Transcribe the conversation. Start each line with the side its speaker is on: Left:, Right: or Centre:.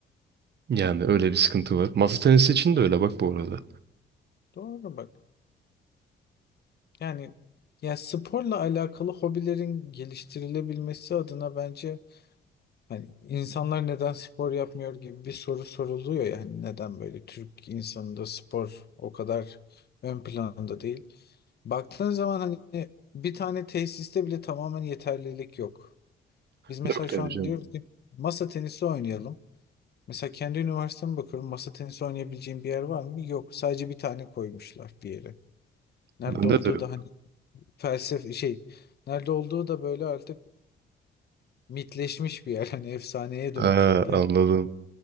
Right: Yani öyle bir sıkıntı var. Masa tenisi için de öyle bak bu arada.
Left: Doğru bak. Yani ya sporla alakalı hobilerin geliştirilebilmesi adına bence hani insanlar neden spor yapmıyor gibi bir soru soruluyor ya hani neden böyle Türk insanında spor o kadar ön planda değil. Baktığın zaman hani bir tane tesiste bile tamamen yeterlilik yok. Biz mesela
Right: Yok tabii
Left: şu an
Right: canım.
Left: diyoruz ki masa tenisi oynayalım. Mesela kendi üniversiteme bakıyorum. Masa tenisi oynayabileceğim bir yer var mı? Yok. Sadece bir tane koymuşlar bir yere. Nerede
Right: Bende
Left: olduğu
Right: de yok.
Left: da hani felsefe şey nerede olduğu da böyle artık mitleşmiş bir yer. <laughs> Hani efsaneye
Right: Ha,
Left: dönmüş bir yer.
Right: anladım.